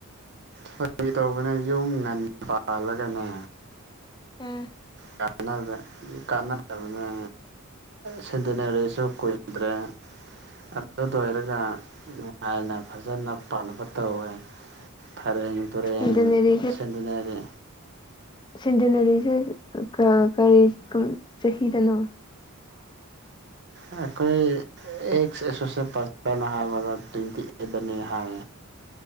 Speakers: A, on the right; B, on the left.
A: ꯐꯥꯒꯤ ꯇꯧꯕꯅ ꯌꯨꯝ ꯉꯟꯅ ꯄꯥꯜꯂꯒꯅꯦ
B: ꯎꯥ
A: ꯀꯥꯟꯗ ꯀꯥꯟꯅꯗꯕꯅꯦ ꯁꯤꯟꯗꯅꯔꯤꯁꯨ ꯀꯨꯏꯗ꯭ꯔꯦ ꯑꯗꯨ ꯂꯣꯏꯔꯒ ꯅꯨꯡꯉꯥꯏꯅ ꯐꯖꯅ ꯄꯥꯟꯅꯕ ꯇꯧꯍꯦ ꯐꯩꯔꯦꯡ ꯇꯨꯔꯦꯡ
B: ꯁꯦꯟꯇꯅꯔꯤꯁꯦ
A: ꯁꯟꯗꯅꯔꯤ
B: ꯁꯦꯟꯗꯅꯔꯤꯁꯦ ꯀꯔꯤ ꯆꯍꯤꯗꯅꯣ
A: ꯑꯩꯈꯣꯏ ꯑꯦꯛꯁ ꯑꯦꯁꯣꯁꯌꯦꯠ ꯄꯥꯁꯇꯔꯅ ꯍꯥꯏꯕꯗ ꯇ꯭ꯋꯦꯟꯇꯤ ꯑꯦꯗꯅꯤ ꯍꯥꯏ